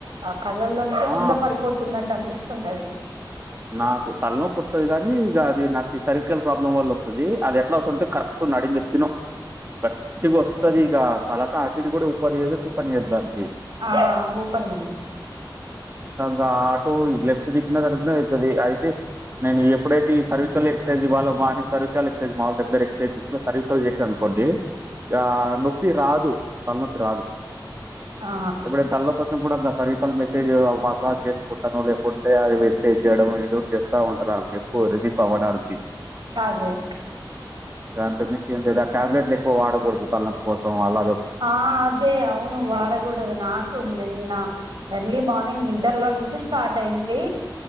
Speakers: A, on the right; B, on the right.
A: ఆ కళ్ళల్లో నుంచో
B: ఆ
A: కింద పడిపోతున్నట్టు అనిపిస్తుంటది
B: నాకు తలనొప్పి వస్తది కాని ఇక అది నాకు ఈ సర్వికల్ ప్రాబ్లం వల్ల వస్తది అది ఎట్లా వస్తదంటే కరెక్ట్ నడినెత్తిన గట్టిగా వస్తది ఇక తలకాటిటు కూడా ఉపనియదో తిప్పనియదు దాన్ని
A: ఆ ఊపనియదు
B: గా ఆటో ఇట్ లెఫ్ట్ దిక్న అడుపు ఐతది అయితే నేను ఎప్పుడైతే ఈ సర్వికల్ ఎక్సైజ్వ్లో వాని సర్వీకల్ ఎసైజ్ మాములుగా మీరు ఎక్సజ్సుకు సర్వికల్ చేసరనుకో కొండి ఆ నొప్పి రాదు తలనొప్పి రాదు
A: ఆ
B: ఎప్పుడన్న తలనొప్పి అచ్ న కూడా దస్ సర్వికల్ మెసేజ్ మసాజ్ చేసుకుంటానొ లేకుంటే అది మెక్సేజ్ చేయడమో రోజ్ చేస్తా ఉంటరు వాళ్ళు ఎక్కువ రిలీఫ్ అవ్వడానికి
A: అదే
B: ఇగ అంతకు మించి ఏం లేద్ ఆ ట్యాబ్లెట్లు ఎక్కువ వాడకూడదు తళ్ నొప్పి కోసం ఆళ్ల
A: ఆ అదే అవును వాడగూడదు నాక్ కు నిన్న ఎర్లీ మార్నింగ్ నిదర్ లో నుంచి స్టార్ట్ అయింది